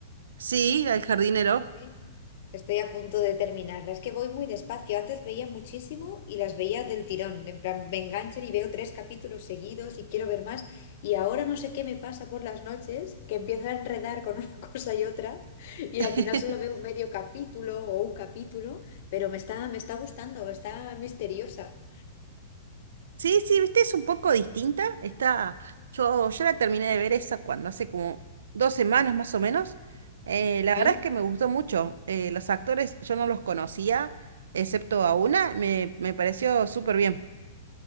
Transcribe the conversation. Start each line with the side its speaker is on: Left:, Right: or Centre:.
Right: Sí, la del jardinero.
Left: Sí. Estoy a punto de terminarla. Es que voy muy despacio. Antes veía muchísimo y las veía del tirón. En plan, me enganchan y veo tres capítulos seguidos y quiero ver más. Y ahora no sé qué me pasa por las noches, que empiezo a enredar con <laughs> una cosa y otra y
Right: <laughs>
Left: al final solo veo medio capítulo o un capítulo, pero me está, me está gustando, está misteriosa.
Right: Sí, sí, viste, es un poco distinta. Está, yo ya la terminé de ver esa cuando hace como dos semanas más o menos. Eh, la verdad
Left: Ujú.
Right: es que me gustó mucho. Eh, los actores yo no los conocía, excepto a una, me, me pareció súper bien.